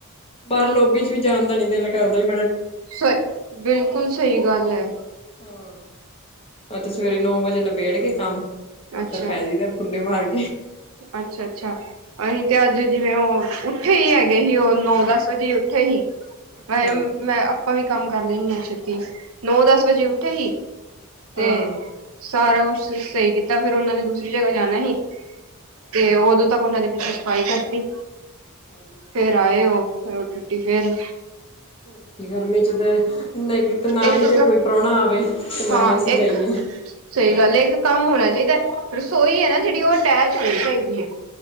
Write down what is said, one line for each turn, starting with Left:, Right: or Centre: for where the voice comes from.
Left: ਬਾਹਰ ਲੋਭੀ ਚ ਵੀ ਜਾਣਦਾ ਨੀ ਨ ਕਰਦਾ ਮਿੰ
Right: ਸ ਬਿਲਕੁਲ ਸਹੀ ਗੱਲ ਹੈ
Left: ਹਾਂ ਆ ਤੇ ਸਵੇਰੇ ਨੌ ਵਜੇ ਨਬੇੜ ਕੇ ਕੰਮ ਅੰਦਰ
Right: ਅੱਛਾ
Left: ਪੈ ਜਈਦਾ ਕੁੰਡੇ ਮਾਰ ਕੇ
Right: ਅੱਛਾ ਅੱਛਾ ਅਸੀਂ ਤੇ ਅੱਜ ਜਿਵੇਂ ਉਹ ਉੱਥੇ ਹੀ ਹੈਗੇ ਸੀ ਉਹ ਨੌ ਦਸ ਵਜੇ ਉੱਥੇ ਸੀ
Left: ਅੱਛਾ
Right: ਮੈਂ ਮੈਂ ਆਪਾਂ ਵੀ ਕੰਮ ਕਰ ਲੈਂਨੇ ਆ ਛੇਤੀ ਨੌ ਦਸ ਵਜੇ ਉੱਠੇ ਸੀ ਤੇ
Left: ਹਾਂ
Right: ਸਾਰਾ ਕੁਛ ਸਹੀ ਕੀਤਾ ਫੇਿਰ ਉਹਨਾਂ ਨੇ ਦੂਸਰੀ ਜਗ੍ਹਾ ਜਾਣਾ ਸੀ ਤੇ ਉਦੋਂ ਤੱਕ ਉਹਨਾਂ ਦੇ ਸਫਾਈ ਕਰਤੀ
Left: ਵਧੀਆ।
Right: ਫੇਰ ਆਏ ਉਹ ਫ ਰੋਟੀ ਫੇਰ
Left: ਹੋਰ ਕੀ ਗਰਮੀ ਚ ਤੇ ਨ ਨਾ
Right: ਇੱਕ
Left: ਹੀ ਤੇ ਕੋਈ ਪ੍ਰਾਹੁਣਾ ਆਵੇ ਤੇ ਨਾ
Right: ਹਾਂ
Left: ਹੀ ਅਸੀਂ
Right: ਇੱਕ
Left: ਜਾਈਏ।
Right: ਸਹੀ ਗੱਲ ਇੱਕ ਕੰਮ ਹੋਣਾ ਚਾਹੀਦਾ ਰਸੋਈ ਹੈ ਨਾ ਜਿਹੜੀ ਉਹ ਅਟੈਚ ਹੋਣੀ ਚਾਹੀਦੀ ਹੈ